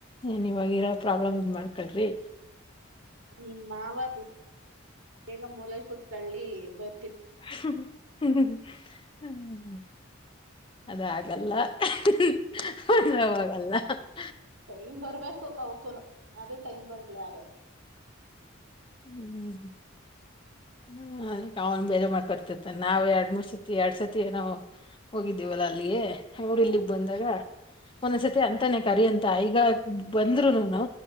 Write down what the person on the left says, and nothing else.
ಏನ್ ಇವಾಗ ಇರೋ ಪ್ರಾಬ್ಲಮ್ ಇದ್ ಮಾಡ್ಕಳ್ರಿ.
ಹ್ಮ ಅದ ಆಗಲ್ಲಾ <unintelligible>
ಹ್ಮ್ ಹ್ಮ್ ಅದಕ್ಕೆ ಅವನ್ ಬೇರೆ ಮಾಡ್ಕೊತಿರ್ತಾನ್ ನಾವೆರಡ್ ಮೂರ್ ಸತಿ ಎರಡ್ ಸತಿ ಏನೋ ಹೋಗಿದ್ದೀವಲ್ಲಾ ಅಲ್ಲಿ ಅವ್ರು
ಇಲ್ಲಿಗ್ ಬಂದಾಗ ಒಂದೊನ್ಸತಿ ಅಂತಾನೇ ಕರಿ ಅಂತ ಈಗ ಬಂದ್ರುನುನು